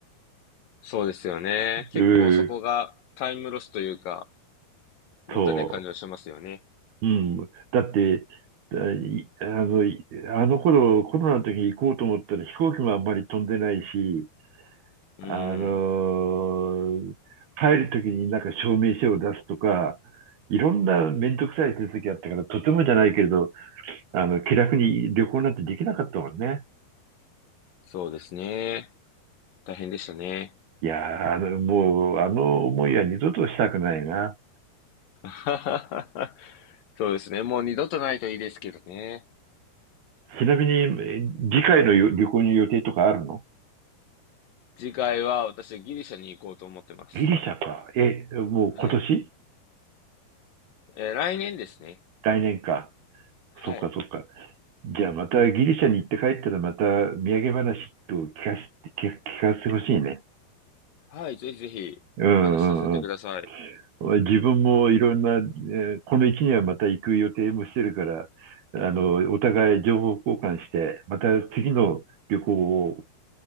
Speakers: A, on the left; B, on the right.
A: そうですよね。
B: う。う
A: 結構そこがタイムロスというか、
B: ん、
A: もったいない感じはしますよね。
B: そう。うん。だって、だいあの、いあの頃、コロナの時に行こうと思ったら飛行機もあんまり飛んでないし、
A: うん。
B: あのー帰る時になんか証明書を出すとか、いろんなめんどくさい手続きあったから、とてもじゃないけれど、あの、気楽に旅行なんてできなかったもんね。
A: そうですね。大変でしたね。
B: いやー、あの、もう、あの思いは二度としたくないな。
A: <laughs> そうですね。もう二度とないといいですけどね。
B: ちなみに、え次回のよ旅行に予定とかあるの
A: 次回は私はギリシャに行こうと思ってます。
B: ギリシャか。え、もう今年
A: はい。えー来年ですね。
B: 来年か。
A: はい。
B: そうか、そうか。じゃあまたギリシャに行って帰ったらまた土産話と聞かせて、聞聞かせてほしいね。
A: はい。ぜひぜひ話させてください。
B: うんうんうん。自分もいろんな、えーこの1年はまた行く予定もしてるから、あの、お互い情報交換して、また次の旅行を